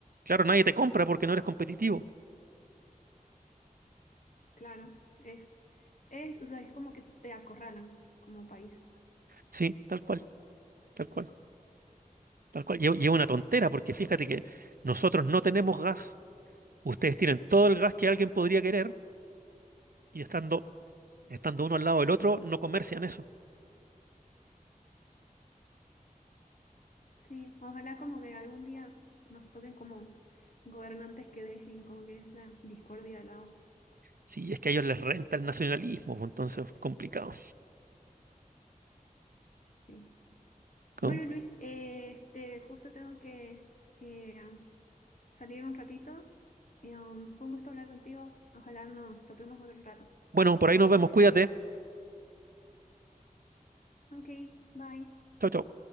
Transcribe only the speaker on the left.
Claro, es, es, o sea, es como que te acorralan como país.
Sí, ojalá como que algún día s- nos toquen como gobernantes que dejen como que esa discordia de lado.
Sí.
Bueno, Luis, eh, este, justo tengo que, que, ah, salir un ratito. Eh, um, fue un gusto hablar contigo. Ojalá nos topemos otro rato.
Ok, bye.